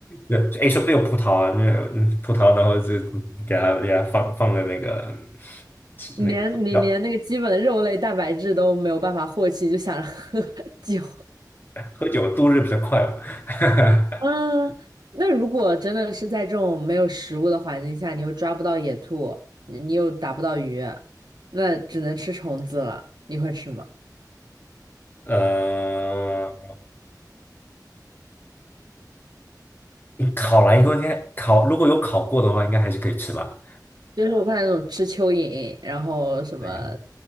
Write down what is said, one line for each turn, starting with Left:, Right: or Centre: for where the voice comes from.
Left: 那哎说不定有葡萄啊，那嗯葡萄，然后就给它给它放放在那个
Right: 你连你连那个基本的肉类蛋白质都没有办法获取，
Left: 那个叫
Right: 你就想着喝 <laughs> 酒。
Left: 喝酒度日比较快嘛。<laughs>
Right: 嗯，那如果真的是在这种没有食物的环境下，你又抓不到野兔，你你又打不到鱼，那只能吃虫子了。你会吃吗？
Left: 呃，烤完以后应该烤如果有烤过的话，应该还是可以吃吧。
Right: 就是我看那种吃蚯蚓，然后什么
Left: 哎呦